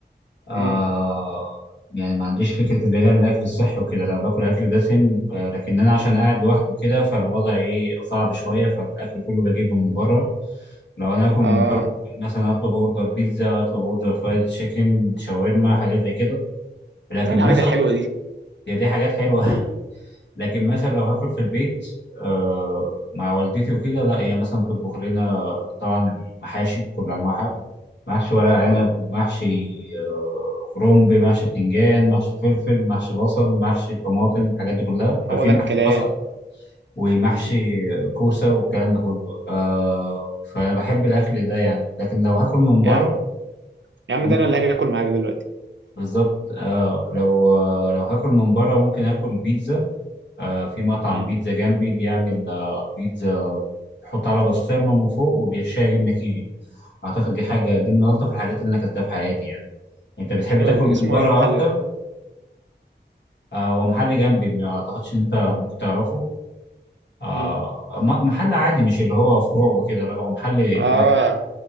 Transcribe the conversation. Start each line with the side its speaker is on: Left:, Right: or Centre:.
Left: آه
Right: امم
Left: يعني ما عنديش فكرة اللي هي الأكل الصحي وكده لا باكل أكل دسم آه لكن أنا عشان قاعد لوحدي كده فالوضع إيه صعب شوية فالأكل كله بجيبه من بره لو أنا آكل من
Right: اه
Left: بره ممكن مثلا أطلب أوردر بيتزا أطلب أوردر فرايد تشيكن شاورما حاجات زي كده لكن
Right: إيه الحاجات
Left: مثلا
Right: الحلوة دي
Left: هي دي حاجات حلوة <laughs> لكن مثلا لو هاكل في البيت آه مع والدتي وكده لا هي مثلا بتطبخ لنا طبعا المحاشي بكل انواعها محشي ورق عنب
Right: اه
Left: ومحشي آه، كرنب محشي بتنجان محشي فلفل محشي بصل محشي طماطم الحاجات دي كلها
Right: هو
Left: في
Right: ده
Left: محشي
Right: الكلام
Left: بصل ومحشي
Right: مم.
Left: كوسه والكلام ده كله آه فانا بحب الاكل ده يعني لكن لو هاكل من بره
Right: يا عم يا عم
Left: ممكن
Right: ده انا اللي هاجي اكل معاك دلوقتي
Left: بالظبط آه لو آه لو هاكل من بره ممكن اكل بيتزا آه في مطعم
Right: امم
Left: بيتزا جنبي بيعمل آه بيتزا بيحط على بسطرمه من فوق وبيحشيها جبنه كيري اعتقد دي حاجه دي من الطف الحاجات اللي انا اكلتها في حياتي يعني انت بتحب
Right: حلو
Left: تاكل
Right: قوي
Left: من
Right: اسمه
Left: بره
Right: ايه المحل
Left: اكتر
Right: ده
Left: آه ومحل جنبي ما اعتقدش ان انت ممكن تعرفه آه
Right: امم
Left: م- محل عادي مش اللي هو فروع وكده لا هو محل
Right: اه
Left: واحد يعني،